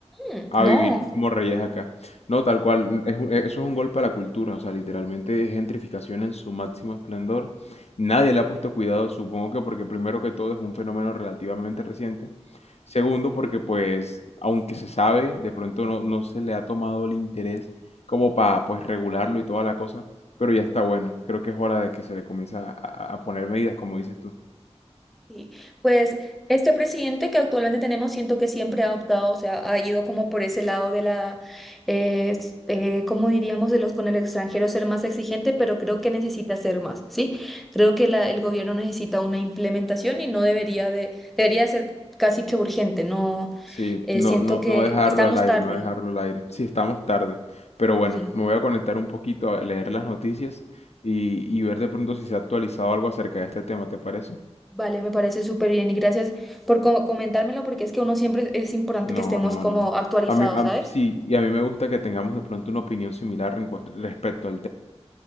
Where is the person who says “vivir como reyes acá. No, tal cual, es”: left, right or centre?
Left